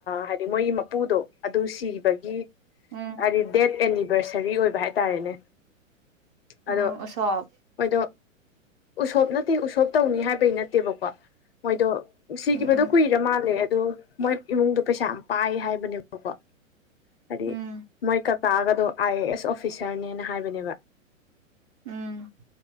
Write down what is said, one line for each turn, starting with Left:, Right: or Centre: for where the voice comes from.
Left: ꯍꯥꯏꯗꯤ ꯃꯣꯏ ꯃꯄꯨꯗꯣ ꯑꯗꯨ ꯁꯤꯕꯒꯤ
Right: ꯎꯝ
Left: ꯍꯥꯏꯗꯤ ꯗꯦꯠ ꯑꯦꯅꯤꯚꯔꯁꯔꯤ ꯑꯣꯏꯕ ꯍꯥꯏ ꯇꯔꯦꯅꯦ ꯑꯗꯣ
Right: ꯎꯝ ꯎꯁꯣꯞ
Left: ꯃꯣꯏꯗꯣ ꯎꯁꯣꯞ ꯅꯠꯇꯦ ꯎꯁꯣꯞ ꯇꯧꯅꯤ ꯍꯥꯏꯕꯒꯤ ꯅꯠꯇꯦꯕꯀꯣ ꯃꯣꯏꯗꯣ ꯁꯤꯒꯤꯕꯗꯣ
Right: ꯎꯝ ꯎꯝ
Left: ꯀꯨꯏꯔ ꯃꯥꯜꯂꯦ ꯑꯗꯨ ꯃꯣꯏ ꯏꯃꯨꯡꯗꯣ ꯄꯩꯁꯥ ꯌꯥꯝ ꯄꯥꯏ ꯍꯥꯏꯕꯅꯦꯕꯀꯣ ꯍꯥꯏꯗꯤ
Right: ꯎꯝ
Left: ꯃꯣꯏ ꯀꯛ ꯇꯥꯛꯒꯗꯣ ꯑꯥꯏ ꯑꯦ ꯑꯦꯁ ꯑꯣꯐꯤꯁꯥꯔꯅꯦꯅ ꯍꯥꯏꯕꯅꯦꯕ
Right: ꯎꯝ